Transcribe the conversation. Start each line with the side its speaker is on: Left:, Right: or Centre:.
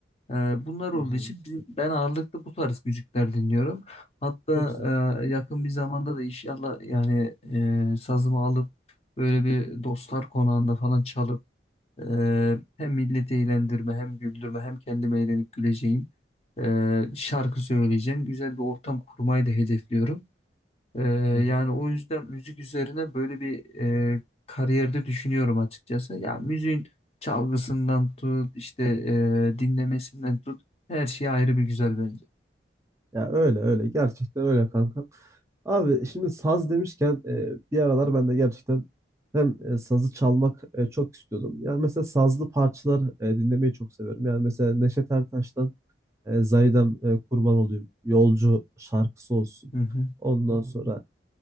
Left: e, bunlar
Right: Hı
Left: olduğu
Right: hı.
Left: için bi- ben ağırlıklı bu tarz müzikler dinliyorum. Hatta
Right: Çok güzel.
Left: e, yakın bir zamanda da inşallah yani e, sazımı alıp böyle bir dostlar konağında falan çalıp e, hem milleti eğlendirme hem güldürme hem kendime eğlenip güleceğim e, şarkı söyleyeceğim. Güzel bir ortam kurmayı da hedefliyorum. Ee,
Right: Hı hı.
Left: yani o yüzden müzik üzerine böyle bir e, kariyerde düşünüyorum açıkçası. Ya müziğin çalgısından tut, işte e, dinlemesinden tut, her şey ayrı bir güzel bence.
Right: Ya öyle öyle gerçekten öyle kanka. Abi şimdi saz demişken e, bir aralar ben de gerçekten hem e, sazı çalmak e, çok istiyordum. Yani mesela sazlı parçalar e, dinlemeyi çok severim. Yani mesela Neşet Ertaş'tan E, Zaydem e, kurban olayım. Yolcu şarkısı olsun.
Left: Hı hı.
Right: Ondan sonra